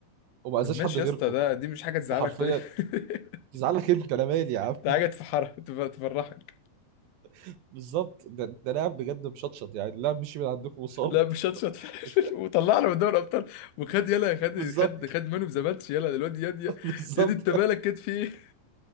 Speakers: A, on the right (about 75°); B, on the left (about 85°).
A: وما اذاش
B: طب ماشي
A: حد غيركم
B: يا اسطى ده دي مش حاجه تزعلك
A: وحرفيا
B: طيب <laughs>
A: تزعلك انت انا مالي يا عم
B: ده حاجه تفحرك تف- تفرحك
A: <laughs> بالظبط ده ده لاعب بجد مشطشط يعني اللاعب مشي من عندكم وصاب
B: لا مش شطشط <laughs>
A: وش-
B: وطلعنا من دوري الابطال وخد يلا خد
A: <laughs> بالظبط
B: خد خد مان اوف ذا ماتش يلا الواد ياد ياد
A: بالظبط
B: ياد انت مالك كده في ايه